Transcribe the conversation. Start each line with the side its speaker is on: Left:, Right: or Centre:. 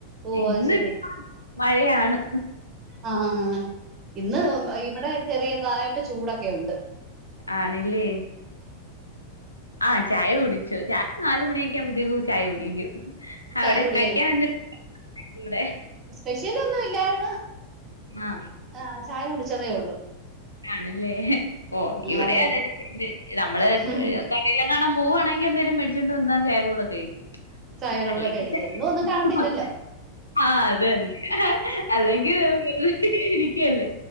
Right: ഓ
Left: ഇന്ന്പ്പൊ
Right: അത് ശരി
Left: മഴയാണ്.
Right: ആഹഹ്ഹ് ഇന്ന് ഇവിടെചെറിയതായ്ട്ട് ചൂടൊക്കെയുണ്ട്.
Left: ആണ്ല്ലേ ആഹ് ചായകുടിച്ചു ചാ നാലുമണിയൊക്കെയാവുമ്പോത്തേക്കു ചായകുടിക്കും അവിടെകഴിക്കാൻ
Right: ചായ കുടി
Left: എന്തൂടെ
Right: സ്പെഷ്യലൊന്നും ഇല്ലാര്ന്ന്
Left: ആഹ്
Right: ആഹ് ചായകുടിച്ചതെഉള്ളൂ
Left: ആണല്ലേ ഓഹ് ഇവിടെ
Right: അതെ
Left: <unintelligible> നമ്മള്
Right: അതെ
Left: ക ഇലകാണാൻ പോവാണെങ്കി എന്തെലും മെട്ച്ചൊണ്ട്വന്നാ ചായന്റെ കൂടെ കഴിക്കും.
Right: ചായയുടെ
Left: അല്ലെങ്കി
Right: കൂടെ കഴിക്കുക
Left: <unintelligible>
Right: എന്നും ഒന്നും കാണത്തില്ലല്ലോ
Left: ആഹ് അതന്നെ അല്ലെങ്കിൽ വ ഇരിക്കല്ലേ